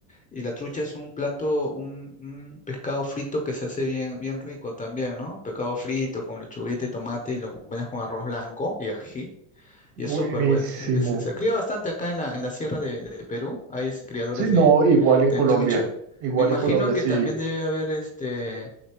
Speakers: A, on the left (about 15°); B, on the right (about 55°).
A: y la trucha es un plato, un, un pescado frito que se hace bien, bien rico también, ¿no? Pescado frito con lechuguita y tomate y lo acompañas con arroz blanco y ají.
B: Buenísimo.
A: Y es súper, pues. es- se cría bastante acá en la, en la sierra de, de Perú. Hay es- criadores
B: Sí,
A: de,
B: no, igual en
A: de
B: Colombia.
A: trucha.
B: Igual
A: Me imagino
B: en Colombia,
A: que
B: sí.
A: también debe haber este